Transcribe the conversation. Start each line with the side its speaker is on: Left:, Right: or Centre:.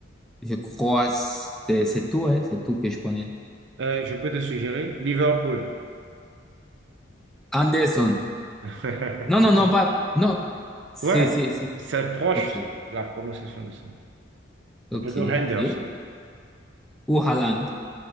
Centre: je crois c'est c'est tout, hein, c'est tout que je connais.
Right: Euh, je peux te suggérer Liverpool.
Centre: Anderson.
Right: <laughs>
Centre: Non, non, non, pas. Non, c'est,
Right: Ouais,
Centre: c'est, c'est.
Right: c'est proche
Centre: Ok,
Right: la prononciation de son. nom.
Centre: ok,
Right: C'est plutôt Henderson.
Centre: ok. Ou Haaland.